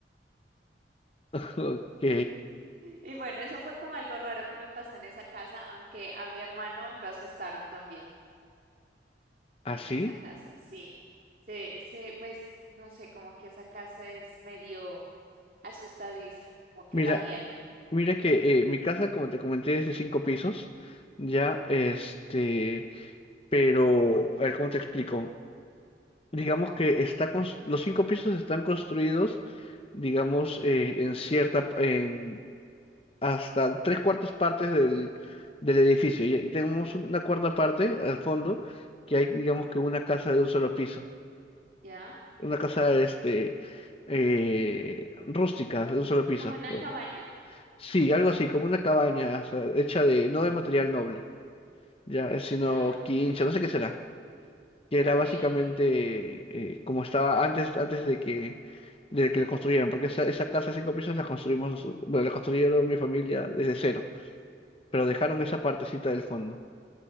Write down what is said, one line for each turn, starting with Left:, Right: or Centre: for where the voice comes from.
Left: <laughs> Ok.
Right: Y bueno, eso fue como algo raro que me pasó en esa casa, aunque a mi hermano lo asustaron también
Left: ¿Así?
Right: en esa casa. Sí, sí, sí, pues no sé, como que esa casa es medio asustadiza, como que
Left: Mira,
Right: da miedo.
Left: mira que eh, mi casa, como te comenté, es de cinco pisos. Ya, este, pero, a ver, ¿cómo te explico? digamos que está cons- los cinco pisos están construidos, digamos, eh, en cierta, en hasta tres cuartas partes del, del edificio. Y ahí tenemos una cuarta parte al fondo, que hay, digamos que una casa de un solo piso,
Right: ¿Ya?
Left: una casa, este, eh, rústica de un solo piso.
Right: ¿Como una
Left: o-
Right: cabaña?
Left: Sí, algo así, como una cabaña, o sea, hecha de, no de material noble, ya, eh, sino
Right: Ya,
Left: quincha, no sé qué será. que era
Right: ok,
Left: básicamente eh, como estaba antes, antes de que, de que lo construyeran, porque esa, esa casa de cinco pisos la construimos, noso- bueno, la construyeron mi familia desde cero, pero dejaron esa partecita del fondo.